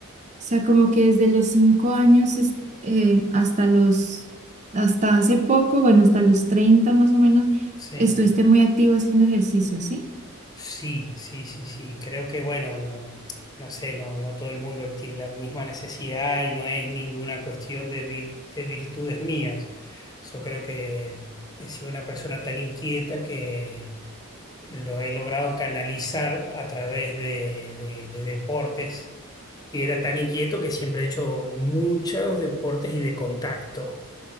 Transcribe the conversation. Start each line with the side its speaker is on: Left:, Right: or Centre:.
Right: sea, como que desde los cinco años es- eh, hasta los, hasta hace poco, bueno, hasta los 30 más o menos,
Left: Sí,
Right: estuviste muy activo haciendo ejercicio, ¿sí?
Left: sí, sí, sí, sí. Creo que, bueno, no, no sé, no, no todo el mundo tiene la misma necesidad y no es ninguna cuestión de, vir- de virtudes mías. Yo creo que he sido una persona tan inquieta que lo he logrado canalizar a través de, de- de deportes y era tan inquieto que siempre he hecho muchos deportes y de contacto,